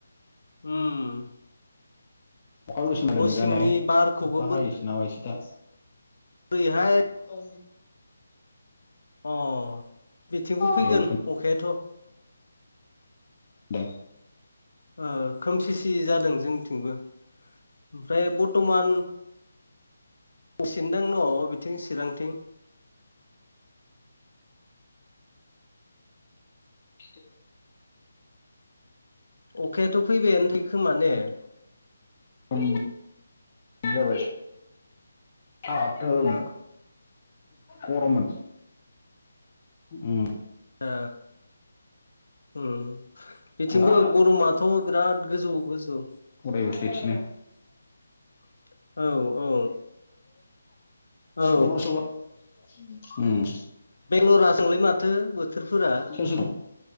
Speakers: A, on the left; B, on the left.
A: ओम।
B: अखा गोसोम जादोंमोन जानायालाय
A: सिंनि बारखौबो
B: अखा हायोसो ना मायोथाय
A: ओरैहाय
B: औ।
A: अ बिथिंबो फैगोन
B: बेनोथ'
A: अखायाथ'।
B: दे।
A: ओ खोमसिसि जादों जोंनिथिंबो ओमफ्राय बर्तमान असेनदों <unintelligible> न बिथिं चिरांथिं
B: <inaudible>
A: अखायाथ' फैबायानो थायोखोमा ने?
B: <unintelligible>
A: ओ
B: गरममोन ओम।
A: ओ ओम। बिथिंबो
B: दा
A: गरमाथ' बिराद गोजौ गोजौ
B: अरायबो <unintelligible> फैफिनो
A: <inaudible> औ औ
B: खबर सबर <unintelligible> उम
A: बेंलराजों जोंलै माथो बोथोरफोरा
B: सोर सोर दं